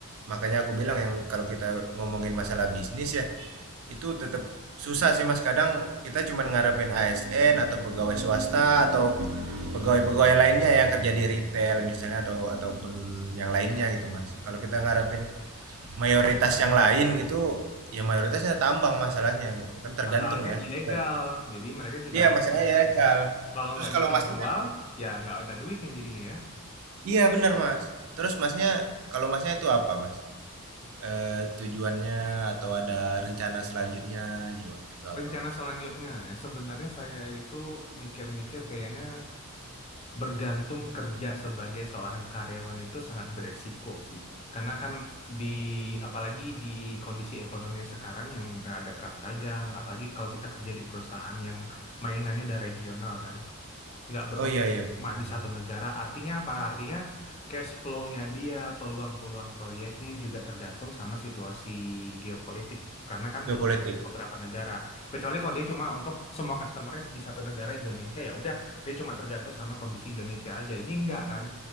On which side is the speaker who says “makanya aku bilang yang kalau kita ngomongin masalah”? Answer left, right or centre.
Right